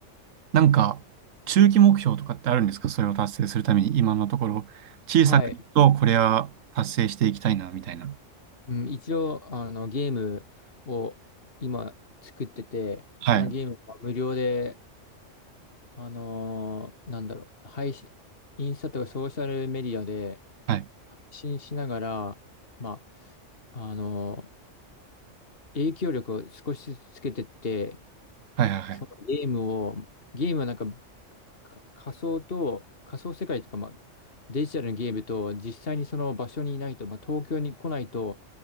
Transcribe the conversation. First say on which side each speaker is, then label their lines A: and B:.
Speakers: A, on the right; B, on the left.
A: なんか、中期目標とかってあるんですかそれを達成するために、今のところ、小さく言うとこれは達成していきたいな、
B: はい。
A: みたいな。
B: うん、一応、あの、ゲームを今作ってて、
A: はい、
B: そのゲームは無料で、あのーなんだろう、配信、インスタとかソーシャルメディアで
A: はい、
B: 配信しながら、まあ、あのー影響力を少しずつつけてって、
A: はい、はい、はい。
B: そのゲームを、ゲームはなんかか仮想と、仮想世界というか、まあ、デジタルのゲームと、実際にその場所にいないと、まあ、東京に来ないと